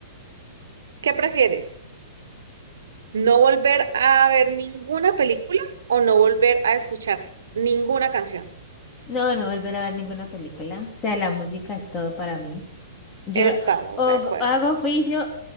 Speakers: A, on the right (about 85°); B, on the left (about 20°).
A: ¿qué prefieres? No volver a ver ninguna película o no volver a escuchar ninguna canción.
B: No, no volver a ver ninguna película. O sea, la música es todo para mí. Yo
A: Estamos
B: o-
A: de acuerdo.
B: hago oficio,